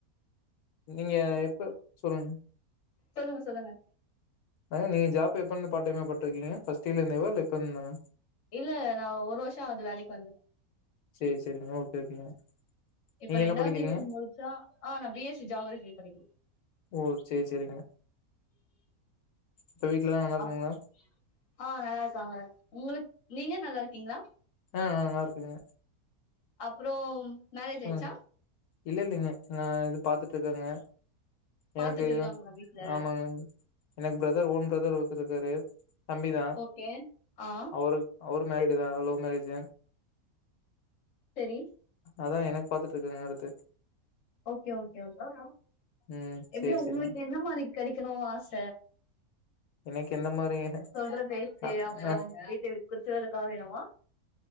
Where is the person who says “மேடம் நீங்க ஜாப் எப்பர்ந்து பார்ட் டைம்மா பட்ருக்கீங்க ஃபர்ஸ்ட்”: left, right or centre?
Left